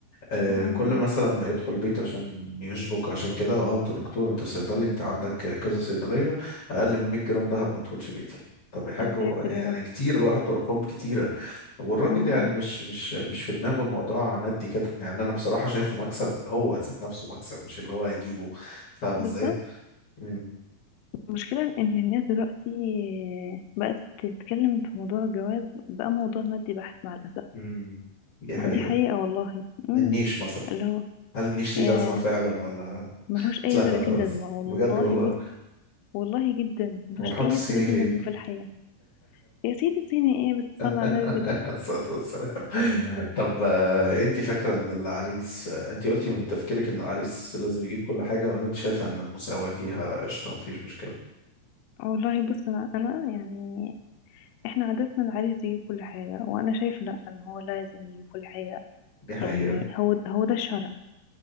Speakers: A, on the left; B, on the left.
A: آه
B: مم، مم.
A: كل مثلا ما يدخل بيت عشان يشبك عشان كده اه انت دكتور انت صيدلي انت عندك كذا صيدلية اقل من 100 جرام دهب ما تدخلش بيتي طب يا حاج
B: يا
A: هو
B: ساتر
A: يعني
B: يا رب
A: كتير بقى حطوا ارقام كتير والراجل
B: امم
A: يعني مش مش مش في دماغه الموضوع مادي كده يعني انا بصراحة شايفه مكسب هو ذات نفسه مكسب مش اللي هو هيجيبه فاهم ازاي
B: بالظبط
A: امم
B: المشكلة إن الناس دلوقتي بقت تتكلم في موضوع الجواز بقى موضوع مادي بحت مع الأسف
A: امم دي حقيقة
B: دي حقيقة والله امم
A: النيش مثلا
B: اللي هو
A: هل النيش ليه
B: آه،
A: لازمة فعلا ولا
B: ملهوش أي
A: اتلغى
B: 30
A: خلاص
B: لازمة والله
A: بجد والله
B: بص والله جدا ملهوش
A: ونحط
B: أي
A: الصيني
B: 30
A: فين
B: لازمة في الحياة يا سيدي سيني إيه بس صلى
A: <laughs>
B: على النبي كده
A: الصلاة والسلام طب آه، انت فاكرة ان العريس آه، انت قلتي من تفكيرك ان العريس لازم يجيب كل حاجة ولا انت شايفة ان المساواة فيها قشطة مفيش مشكلة
B: والله بص أنا أنا يعني إحنا عادتنا العريس يجيب كل حاجة وأنا شايفة لأ إن هو لازم يجيب كل حاجة
A: دي حقيقة
B: يعني هو هو ده الشرع